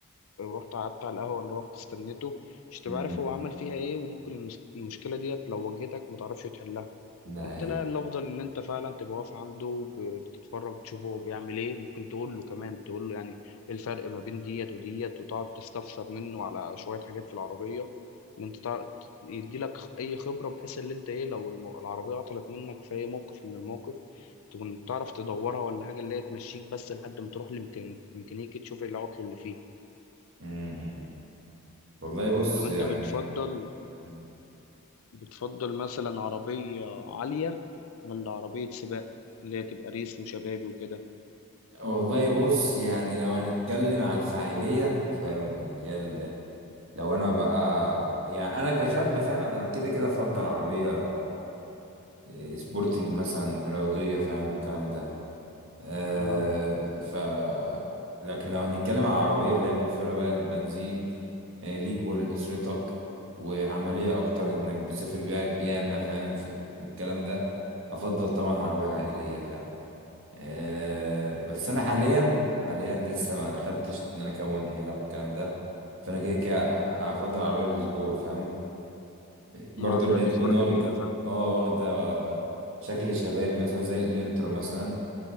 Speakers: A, on the left (about 70°); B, on the right (about 60°).
A: ورحت قعدت على القهوة اللي رحت استنيته مش تبقى
B: امم
A: عارف هو عمل فيها ايه وممكن المس- المشكلة ديت لو واجهتك ما تعرفش تحلها
B: ده
A: انت
B: هي
A: لا الافضل ان انت فعلا تبقى واقف عنده بتتفرج تشوفه هو بيعمل ايه ممكن تقول له كمان تقول له يعني ايه الفرق ما بين ديت وديت وتقعد تستفسر منه على شويه حاجات في العربيه ان انت تعرف يدي لك اي خبره بحيث ان انت ايه لو الم- العربيه عطلت منك في اي موقف من الموقف تكون تعرف تدورها ولا حاجه اللي هي تمشيك بس لحد ما تروح لميكانيكي تشوف ايه العطل اللي فيه
B: امم والله بص
A: طب انت
B: يعني
A: بتفضل
B: مم.
A: بتفضل مثلا عربيه عاليه ولا عربيه سباق اللي هي تبقى ريس وشبابي وكده
B: والله بص يعني لو هنتكلم على الفاعليه فاهم واللي هي ال- لو انا بقى يعني انا كشاب فاهم انا كده كده افضل عربيه إيه، سبورتنج مثلا رياضية فاهم والكلام ده آه
A: اه
B: ف لكن لو هنتكلم على العربية اللي هي موفرة بقى للبنزين آه ليك ولأسرتك وعملية أكتر إنك بتسافر بيها ياما فاهم ف- والكلام ده أفضل طبعا عربية عائلية فاهم آه بس أنا حاليا حاليا لسه ما دخلتش إن أنا أكون عيلة والكلام ده فأنا كده كده أفضل عربية للسبور فاهم برضو
A: العربية
B: اللي
A: السبور
B: هي تكون واخدة
A: جميلة فعلا
B: اه واخدة شكل شبابي مثلا زي الانترا مثلا